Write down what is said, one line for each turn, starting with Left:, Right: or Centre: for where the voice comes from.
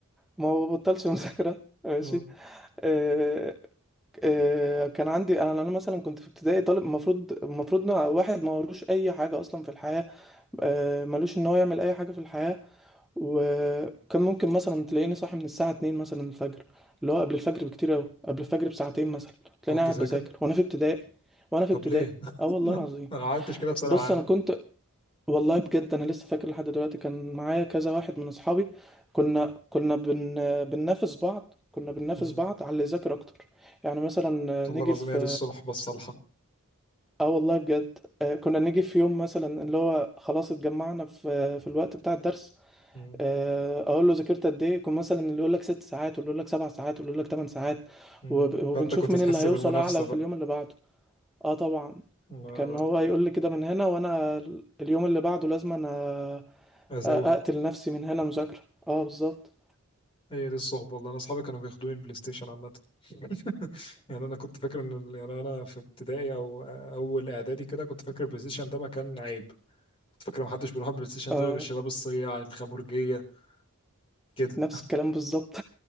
Centre: ما ببطلش <laughs> مذاكرة ماشي
Left: اه
Centre: آه، آه، كان عندي انا انا مثلا كنت في ابتدائي طالب المفروض المفروض إن واحد ما وروش اي حاجه اصلا في الحياه آه، ملوش ان هو يعمل اي حاجه في الحياه وكان ممكن مثلا تلاقيني صاحي من الساعه 2 مثلا الفجر اللي هو قبل الفجر بكتير قوي قبل الفجر بساعتين مثلا تلاقيني
Left: تقعد تذاكر
Centre: قاعد بذاكر وانا في ابتدائي وانا في
Left: طب
Centre: ابتدائي
Left: ليه <laughs>
Centre: اه والله
Left: انا
Centre: العظيم
Left: ما عملتش كده في ثانوي
Centre: بص
Left: عام
Centre: انا كنت والله بجد انا لسه فاكر لحد دلوقتي كان معايا كذا واحد من اصحابي كنا كنا بن بننافس بعض كنا بننافس
Left: مم.
Centre: بعض على اللي يذاكر اكتر يعني مثلا
Left: والله
Centre: نيجي
Left: العظيم
Centre: في
Left: هي دي الصلح بس صالحه
Centre: اه والله بجد آه، كنا نيجي في يوم مثلا اللي هو خلاص اتجمعنا في في الوقت بتاع الدرس
Left: مم.
Centre: آه، اقول له ذاكرت قد ايه يكون مثلا اللي يقول لك ست ساعات واللي يقول لك سبع ساعات واللي يقول لك ثمان ساعات
Left: مم.
Centre: وب- وبنشوف
Left: فانت كنت
Centre: مين
Left: تحس
Centre: اللي هيوصل
Left: بالمنافسه
Centre: اعلى
Left: بقى
Centre: في اليوم اللي بعده اه طبعا
Left: لا
Centre: كان
Left: لا
Centre: هو يقول لي كده من هنا وانا اليوم اللي بعده لازم انا
Left: ازوه
Centre: اقتل نفسي من هنا مذاكرة اه بالظبط
Left: هي دي الصحبه والله انا اصحابي كانوا بياخدوني البلاي ستيشن عامه <laughs> يعني انا كنت فاكر ان ال- يعني انا في ابتدائي او اول اعدادي كده كنت فاكر البلاي ستيشن ده مكان عيب كنت فاكر ما حدش بيروح البلاي ستيشن
Centre: اه
Left: ده غير الشباب الصياع الخمرجيه كده
Centre: نفس الكلام بالظبط